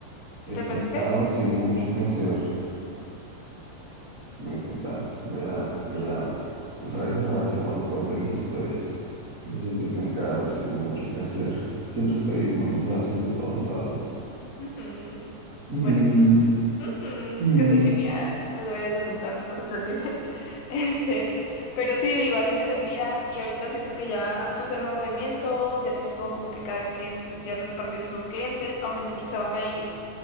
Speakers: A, on the right; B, on the left.
A: estancado
B: de repente...
A: sin mucho que hacer. Me encanta. Voy a, voy a usar esa frase cuando cuente mis historias. Me sentí estancado sin mucho que hacer. Siempre estoy tomando frases de todos lados.
B: Ujú.
A: Ujú,
B: Bueno, ujú,
A: ujú.
B: es que soy genial. Lo deberías de apuntar, que no se te olvide. <laughs> Este, pero sí, digo, así me sentía y ahorita siento que ya pues hay más movimiento, ya tengo como que cada quien ya repartieron sus clientes, aunque muchos se van a ir,